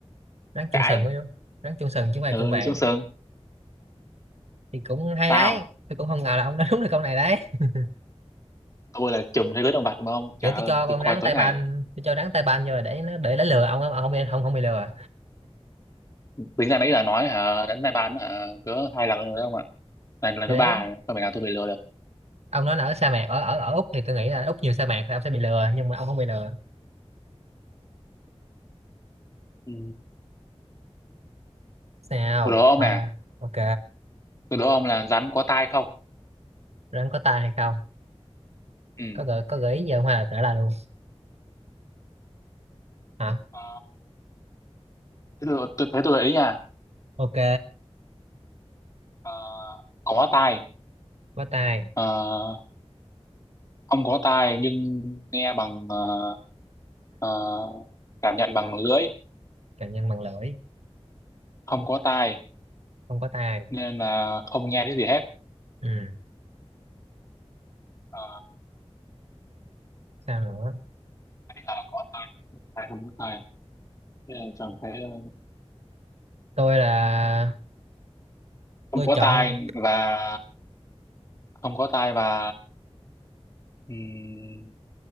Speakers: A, on the right; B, on the left.
A: rắn chuông
B: cãi
A: sừng với rắn chuông sừng chứ không phải
B: ừ
A: chuông vàng
B: đi xuống sương
A: thì cũng hay
B: sao
A: đấy tôi cũng không ngờ là ông đã <laughs> đúng được câu này đấy <laughs>
B: tôi là trùm thế giới động vật đúng không trời
A: kiểu
B: ơi
A: tôi cho con
B: tôi coi
A: rắn
B: tối
A: tay
B: ngày
A: ban tôi cho rắn tay ban vô là để nó để nó lừa ông á, mà không bị không không bị lừa
B: tính ra nãy giờ nói hả đến nay bán hả cỡ hai lần rồi đấy ông ạ này là lần
A: thì
B: thứ
A: đấy
B: ba rồi, không phải nào tôi bị lừa được
A: ông nói là ở sa mạc ở ở ở Úc thì tôi nghĩ là Úc nhiều sa mạc thì ông sẽ bị lừa nhưng mà ông không bị lừa
B: ừ.
A: sao
B: tôi đố ông
A: mau
B: nè
A: ra ok
B: tôi đố ông là rắn có tai không
A: rắn có tai hay không
B: ừ.
A: có gợi có gợi ý gì không hay là tả là luôn hả
B: Ờ, thế tôi, tôi thế tôi gợi ý nha
A: ok
B: Ờ, có tai
A: có tai
B: Ờ, không có tai nhưng nghe bằng ờ, ờ, cảm nhận bằng lưỡi
A: càng nhân bằng lưỡi
B: không có tai
A: không có tai
B: nên là không nghe thấy gì hết
A: ừ
B: Ờ,
A: sao nữa
B: nãy giờ là có tai tai không có tai Thế là chọn cái, ờ,
A: tôi là
B: không
A: tôi
B: có
A: chọn
B: tai và không có tai và Ừm,